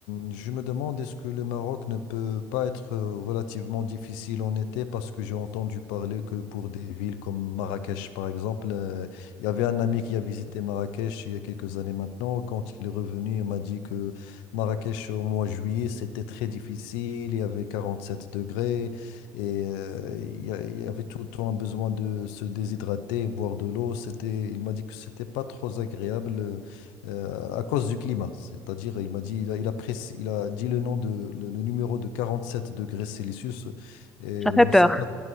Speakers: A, on the left (about 85°); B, in the centre.
A: je me demande est-ce que le Maroc ne peut pas être euh, relativement difficile en été parce que j'ai entendu parler que pour des villes comme Marrakech, par exemple, euh, il y avait un ami qui a visité Marrakech il y a quelques années maintenant. Quand il est revenu, il m'a dit que Marrakech au mois de juillet, c'était très difficile, il y avait 47 degrés. Et euh, il y, a- il y avait tout le temps un besoin de se déshydrater, boire de l'eau. C'était, il m'a dit que c'était pas trop agréable euh, euh, à cause du climat. C'est-à-dire, il m'a dit, il a, il a précis- il a dit le nom de, le, le numéro de 47 degrés Celsius.
B: Ça fait
A: Et je
B: peur.
A: ne sais pas,